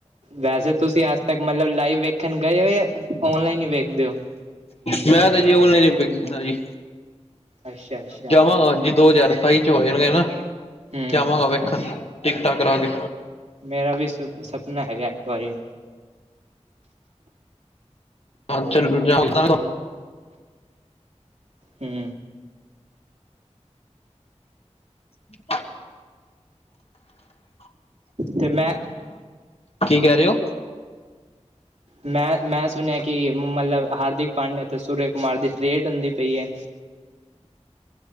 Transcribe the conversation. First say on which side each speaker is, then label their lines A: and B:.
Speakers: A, on the right; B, on the left.
A: ਵੈਸੇ, ਤੁਸੀਂ ਅੱਜ ਤੱਕ ਮਤਲਬ ਲਾਈਵ ਵੇਖਣ ਗਏ ਹੋ ਜਾਂ ਔਨਲਾਈਨ ਹੀ ਵੇਖਦੇ ਹੋ।
B: ਮੈਂ ਤੇ ਜੀ ਉਹਨੇ ਨੀ ਬ ਕੀਤਾ ਜੀ।
A: ਅੱਛਾ ਅੱਛਾ
B: ਜਾਵਾਂਗਾ ਜੀ ਦੋ ਹਜ਼ਾਰ ਸਤਾਈ ਚ ਹੋਏ ਗੇ ਨਾ।
A: ਹਮ
B: ਜਾਵਾਂਗਾ ਵੇਖਣ ਟਿਕਟਾਂ ਕਰਾ ਕੇ।
A: ਮੇਰਾ ਵੀ ਸੁ ਸਪਨਾ ਹੈਗਾ, ਇੱਕ ਵਾਰੀ
B: ਹਾਂ, ਚੱਲ ਜਾਓ।
A: ਹੂੰ।
B: <inaudible>
A: ਤੇ ਮੈਂ
B: ਕੀ ਕਹਿ ਰਹੇ ਹੋ।
A: ਮੈਂ ਮੈਂ ਸੁਣਿਆ ਕਿ ਮਤਲਬ ਹਾਰਦਿਕ ਪਾਂਡਿਆ ਅਤੇ ਸੂਰਜ ਕੁਮਾਰ ਦੀ ਟ੍ਰੇਡ ਹੁੰਦੀ ਪਈ ਐ।